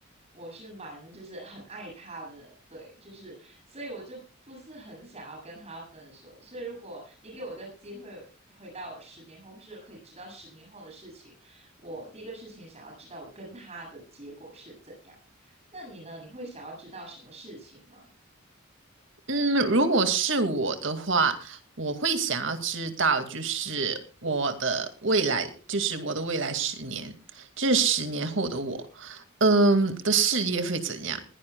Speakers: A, on the right; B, on the right.
A: 我是蛮就是很爱他的，对，就是所以我就不是很想要跟他分手。所以如果你给我一个机会回到十年后，或是可以知道十年后的事情，我第一个事情想要知道我跟他的结果是怎样。那你呢？你会想要知道什么事情吗？
B: 嗯，如果是我的话，我会想要知道，就是我的未来，就是我的未来十年，就是十年后的我，嗯，的事业会怎样？